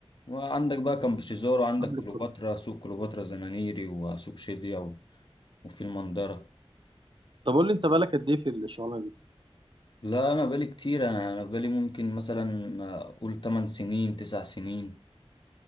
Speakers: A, on the left; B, on the right.
A: وعندك بقى كان بشيزور وعندك
B: قبل
A: كليوباترا
B: الكورنيش
A: سوق كليوباترا زنانيري وسوق شدية و- وفي المنظرة
B: طب قول لي انت بقالك قد ايه في الشغلانه دي؟
A: لا أنا بالي كتير أنا أنا بالي ممكن مثلا آه، أقول 8 سنين 9 سنين